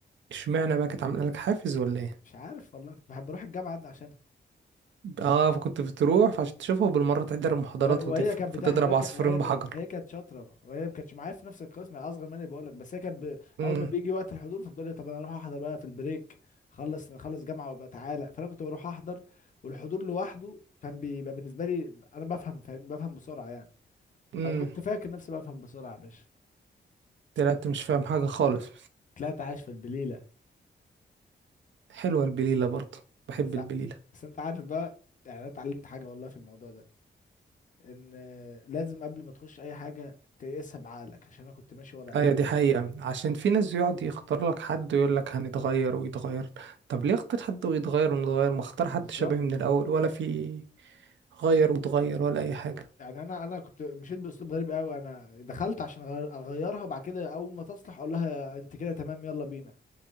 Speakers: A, on the right (about 80°); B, on the left (about 40°).
A: اشمعنى بقى كانت عاملة لك حافز ولا ايه
B: مش عارف والله كنت بحب بروح الجامعه عشان
A: اه فكنت بتروح فعشان تشوفه بالمرة تحضر المحاضرات
B: و- وهي
A: وتفهم
B: كانت
A: فتضرب
B: بتحضر هي شاطرة
A: عصفورين
B: كا- هي
A: بحجر
B: كا- برضه هي كانت شاطره وهي ما كانتش معايا في نفس القسم هي اصغر مني بقول لك بس هي كانت ب-
A: امم
B: اول ما بيجي وقت الحضور فبتقول لي طب انا اروح احضر بقى في البريك خلص نخلص جامعه وابقى تعالى فانا كنت بروح احضر والحضور لوحده كان بيبقى بالنسبه لي انا بفهم فاهم بفهم بسرعه يعني
A: امم
B: او كنت فاكر نفسي بفهم بسرعه يا باشا
A: طلعت مش فاهم حاجة خالص
B: طلعت عايش في البليله
A: حلوة البليلة برضه بحب
B: بس
A: البليلة
B: ع- بس انت عارف بقى يعني انا اتعلمت حاجه والله في الموضوع ده ان لازم قبل ما تخش اي حاجه تقيسها بعقلك عشان انا كنت ماشي ورا قلبي
A: ايوه دي حقيقة
B: فاهم
A: عشان في ناس يقعد يختار لك حد ويقول لك هنتغير ويتغير طب ليه اختار حد ويتغير ونتغير ما اختار
B: بالظبط
A: حد شبه من الاول ولا في غير وتغير ولا اي حاجة
B: يعني انا انا كنت مشيت باسلوب غريب قوي انا دخلت عشان أغير اغيرها بعد كده اول ما تصلح اقول لها انت كده تمام يلا بينا